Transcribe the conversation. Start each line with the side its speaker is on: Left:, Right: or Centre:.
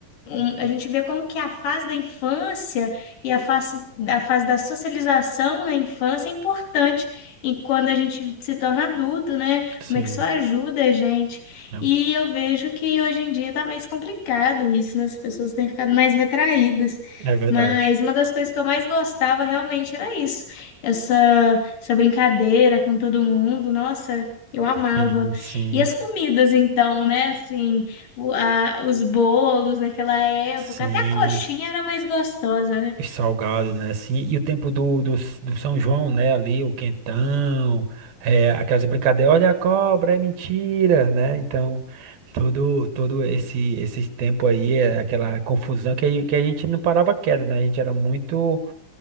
Left: um- a gente vê como que a fase da infância e a fase, a fase da socialização na infância é importante e quando a gente se torna adulto, né?
Right: sim.
Left: Como é que isso ajuda a gente?
Right: É
Left: E eu vejo que hoje em dia está mais complicado isso, né? As pessoas têm ficado mais retraídas.
Right: é verdade.
Left: Mas uma das coisas que eu mais gostava realmente era isso, essa, essa brincadeira com todo mundo. Nossa, eu amava.
Right: Sim, sim,
Left: E as comidas, então, né? Assim, o- a- os bolos daquela época,
Right: sim.
Left: até a coxinha era mais gostosa, né?
Right: salgado, né? Assim, e o tempo do, do, do São João, né? Ali, o quentão, é, aquelas brincadeiras, olha a cobra, é mentira, né? Então, todo, todo esse, esse tempo aí, é aquela confusão que a, gente- que a gente não parava quieto, né? A gente era muito